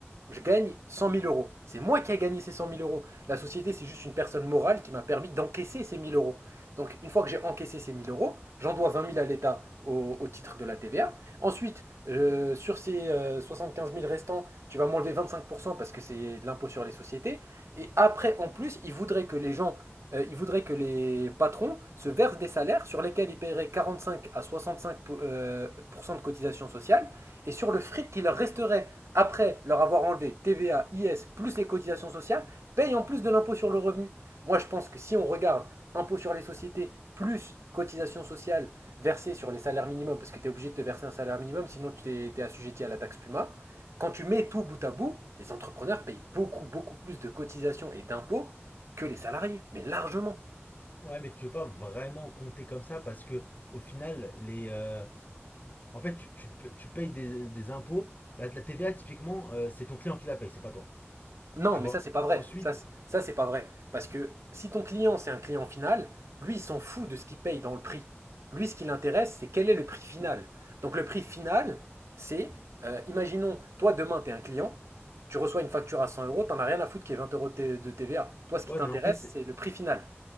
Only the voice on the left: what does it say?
Ouais, mais tu veux pas vraiment compter comme ça parce que au final, les, euh, en fait, tu, tu tu payes des, des impôts. La, la TVA, typiquement, euh, c'est ton client qui la paye, c'est pas toi.
Tu
vois.
Ensuite,
ouais,
mais en fait,